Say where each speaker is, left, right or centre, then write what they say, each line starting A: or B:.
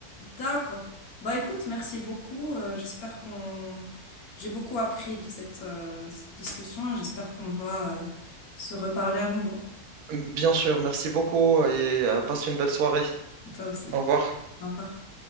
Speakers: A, on the left; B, on the right.
A: D'accord. Bah écoute, merci beaucoup. Euh, j'espère qu'on, j'ai beaucoup appris de cette, euh, de cette discussion. J'espère qu'on va, euh, se reparler à nouveau.
B: Bien sûr, merci beaucoup et euh, passe une belle soirée.
A: Toi aussi.
B: Au revoir.
A: Au revoir.